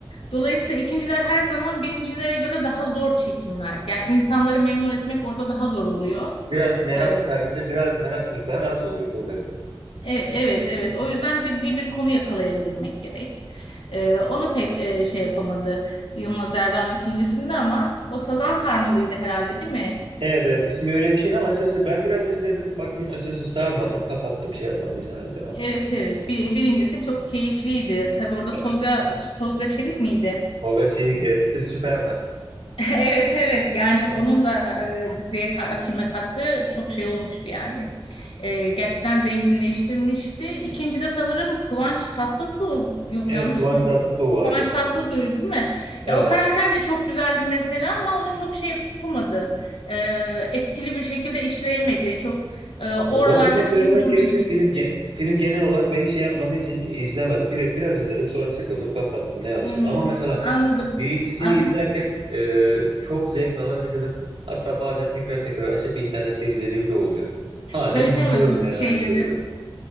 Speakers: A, on the left; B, on the right.
A: Dolayısıyla ikinciler her zaman birincilere göre daha zor çekimler. Yani insanları memnun etmek orada daha zor oluyor.
B: Biraz merak
A: E,
B: sayısı, biraz merak miktarı az oluyor. Doğru evet.
A: E- Evet, evet. O yüzden ciddi bir konu yakalayabilmek gerek. E, onu pek e, şey yapamadı Yılmaz Erdoğan ikincisinde ama o Sazan Sarmalı'ydı herhalde, değil mi?
B: Evet evet. İsmi öyle bir şeydi ama açıkçası ben biraz izledim. Baktım açıkçası sarmadı. Kapattım şey yapmadım. izlemedim devam.
A: Evet, evet. Bir- birincisi çok keyifliydi. Tabii orada
B: Evet.
A: Tolga Tolga Çevik miydi?
B: Tolga Çevik, evet, <laughs> Superman.
A: <laughs> Evet evet yani onun da e, diziye ka- filme kattığı çok şey olmuştu yani. E, gerçekten zenginleştirmişti. İkinci de sanırım Kıvanç Tatlıtuğ yok
B: Evet
A: yanlış
B: Kıvanç
A: mı?
B: Tatlıtuğ vardı.
A: Kıvanç Tatlıtuğ değil mi?
B: Evet.
A: Ya o karakter
B: evet.
A: de çok güzeldi mesela ama onu çok şey yapamadı. E, etkili bir şekilde işleyemedi. Çok e, oralarda
B: Ya doğrusunu
A: film
B: söylemek
A: durdu
B: gerekirse
A: gibi.
B: film gen- film genel olarak beni şey yapmadığı için izlemedim. Bir, biraz izledim sonra sıkıldım kapattım ne yazayım.
A: Hmm,
B: Ama mesela
A: anladım.
B: birincisini
A: Aslında
B: izlerken e, çok zevk alarak izledim. Hatta bazen tekrar tekrar açıp internette izlediğim de oluyor. Halen
A: tabii
B: gülüyorum
A: tabii
B: yani
A: o şeyle
B: aynı şeylere.
A: de